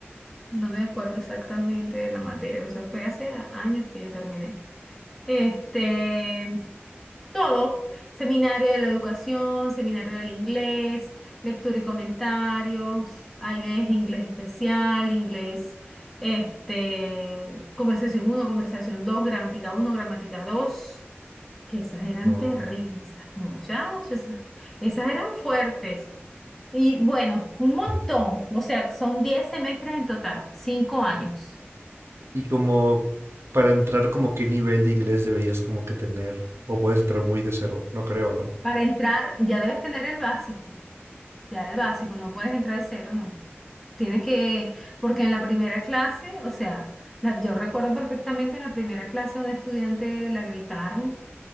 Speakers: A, in the centre; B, on the right.
A: No me acuerdo exactamente de la materia, eso fue hace a- años que yo terminé. Este, todo, seminario de la educación, seminario del inglés, lectura y comentarios, ahí ves inglés especial, inglés, este, conversación uno, conversación 2, gramática uno, gramática 2. que esas eran
B: no.
A: terribles, esas muchachas, esas, esas eran fuertes. Y bueno, un montón, o sea, son 10 semestres en total, 5 años.
B: Y como para entrar, como qué nivel de inglés deberías como que tener, o puedes entrar muy de cero, no creo, ¿no?
A: Para entrar ya debes tener el básico, ya el básico, no puedes entrar de cero, ¿no? Tienes que, porque en la primera clase, o sea, la- yo recuerdo perfectamente en la primera clase una estudiante la gritaron